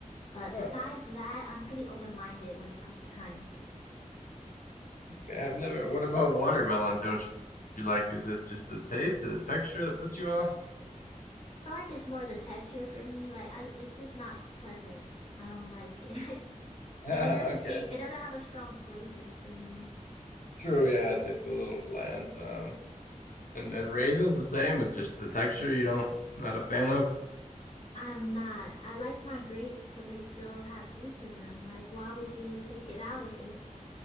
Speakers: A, on the left (about 45°); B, on the left (about 80°).
A: But
B: Oh,
A: besides that, I'm pretty open-minded when it comes to trying food.
B: okay. I've never. What about watermelon? Don't you like? Is it just the taste, the texture that puts you off? <laughs>
A: I like it's more the texture for me. Like I, it's just not pleasant. I don't like it. <laughs>
B: Okay,
A: And it doesn't taste, it doesn't have a strong flavor for me.
B: true. Yeah, it's it's a little bland. Um, and and raisins the same. It's just the texture you don't not a fan of.
A: I'm not. I like my grapes when they still have juice in them. Like, why would you take it out of it?